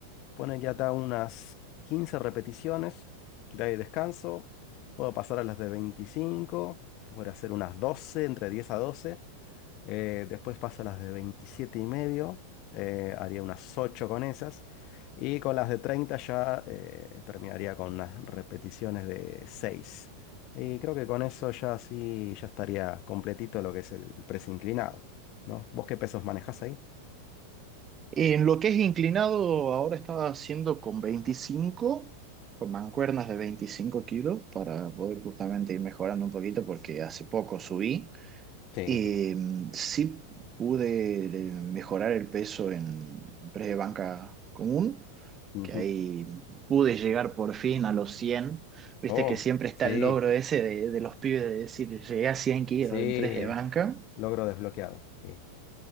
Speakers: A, on the left; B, on the right.
A: Pone que acá unas 15 repeticiones, de ahí descanso. Puedo pasar a las de 25, puedo hacer unas doce entre 10 a doce, Eh, después paso a las de 27 y medio, eh, haría unas 8 con esas. Y con las de 30 ya eh, terminaría con unas repeticiones de seis Y creo que con eso ya sí, ya estaría completito lo que es el press inclinado, ¿no? ¿Vos qué pesos manejás ahí?
B: En lo que es inclinado, ahora estaba haciendo con veinticinco con mancuernas de 25 kilos, para poder justamente ir mejorando un poquito, porque hace poco subí.
A: Sí,
B: Y
A: sí.
B: mm, sí pude eh, mejorar el peso en, en press de banca común,
A: Ujú.
B: que ahí pude llegar por fin a los cien Viste
A: Oh,
B: que siempre está
A: sí.
B: el logro ese de, de los pibes de decir, llegué a cien kilos
A: Sí,
B: en press de banca.
A: logro desbloqueado. Sí,